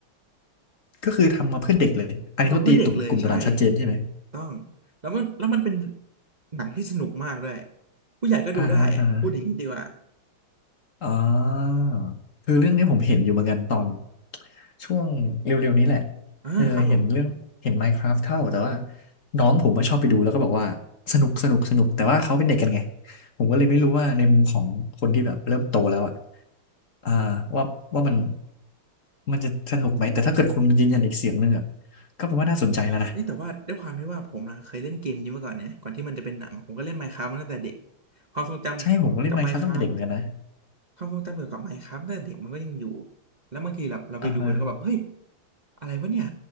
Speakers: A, on the left; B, on the right.
A: ก็คือทำมาเพื่อเด็กเลยอันนี้เขาตีกลุ่มตลาดชัดเจนใช่ไหม
B: ทำมาเพื่อเด็กเลยใช่ต้องแล้วมันแล้วมันเป็นหนังที่สนุกมากด้วยผู้ใหญ่ก็ดูได้อะพูดอย่างนี้ดีกว่า
A: อ่าฮะอ่าฮะ อ่าคือเรื่องเนี้ยผมเห็นอยู่เหมือนกันตอนช่วงเร็วๆนี้แหละ
B: อ่าครับผม
A: เออเห็นเรื่องเห็น Minecraft เข้าแต่ว่าน้องผมก็ชอบไปดูแล้วก็บอกว่าสนุกสนุกสนุกแต่ว่าเขาเป็นเด็กกันไงผมก็เลยไม่รู้ว่าในมุมของคนที่แบบเริ่มโตแล้วอ่ะอ่าว่าว่ามันมันจะสนุกไหมแต่ถ้าเกิดคุณยืนยันอีกเสียงหนึ่งอ่ะก็แปลว่าน่าสนใจแล้วนะ
B: เฮ้ยแต่ว่าด้วยความที่ว่าผมนะเคยเล่นเกมนี้มาก่อนนะก่อนที่มันจะเป็นหนังผมก็เล่น Minecraft มน์คราฟตมาตั้งแต่เด็กความทรงจำกับ
A: ใช่ผมก็เล่น Minecraft
B: Minecraft
A: ตั้งแต่เด็กเหมือนกันนะ
B: คราฟต์ความทรงจำเกี่ยวกับ Minecraft ตตั้งแต่เด็กมันก็ยังอยู่ แล้วบางทีแบบเราไปดูแล้วก็แบบเฮ้ย
A: อ่าฮะ
B: อะไรวะเนี่ย